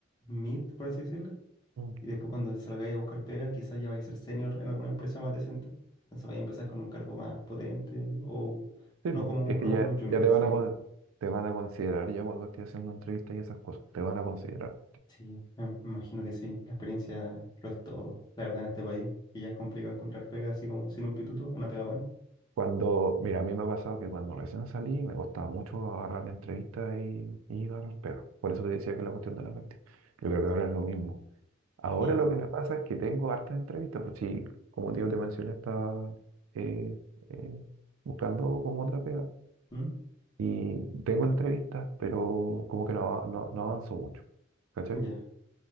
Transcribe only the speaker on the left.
mid, por así decirlo
Y después cuando salgáis a buscar pega, quizás ya vais a ser senior en alguna empresa más decente. Entonces vais a empezar con un cargo más potente o
no
como,
no como
un junior,
sí.
Sí, me me imagino que sí. La experiencia lo es todo, la verdad, en este país. Que ya es complicado encontrar pega así como sin un pituto, una pega buena.
Sí.
¿Mm?
Ya,